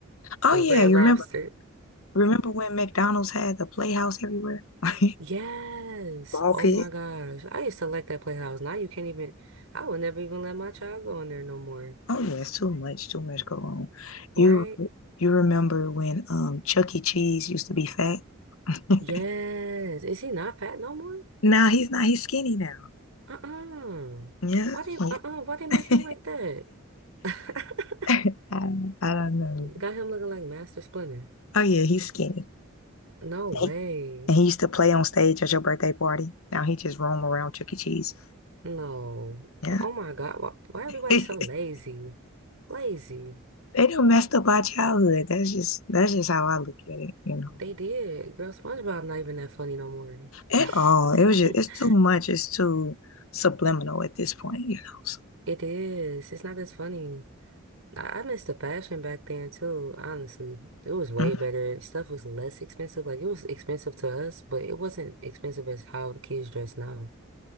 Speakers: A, on the left (about 80°); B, on the right (about 80°).
A: Oh
B: Or
A: yeah,
B: Red
A: you
B: Lobster.
A: remember remember when McDonald's had the playhouse everywhere? <laughs>
B: Yes.
A: Ball
B: Oh
A: pit.
B: my gosh. I used to like that Playhouse. Now you can't even, I would never even let my child go in there no more.
A: Oh yeah, it's too much, too much go on.
B: Right?
A: You you remember when um Chuck E. Cheese used to be fat? <laughs>
B: Yes. Is he not fat no more?
A: No, he's not, he's skinny now.
B: Uh-uh.
A: Yeah.
B: Why they, uh-uh, why they make
A: <laughs>
B: him like that? <laughs>
A: I, don't- I don't know.
B: Got him looking like Master Splinter.
A: Oh yeah, he's skinny.
B: No way.
A: He- And he used to play on stage at your birthday party. Now he just roam around Chuck E. Cheese.
B: No.
A: Yeah.
B: Oh my God. Why, why everybody
A: <laughs>
B: so lazy? Lazy.
A: They done messed up our childhood. That's just that's just how I look at it, you know.
B: They did. Girl, SpongeBob not even that funny no more.
A: At all.
B: <laughs>
A: It was just it's too much. It's too subliminal at this point, you know. So,
B: It is. It's not as funny. I, I missed the fashion back then too, honestly. It was way
A: mhm.
B: better. Stuff was less expensive. Like it was expensive to us, but it wasn't expensive as how the kids dress now.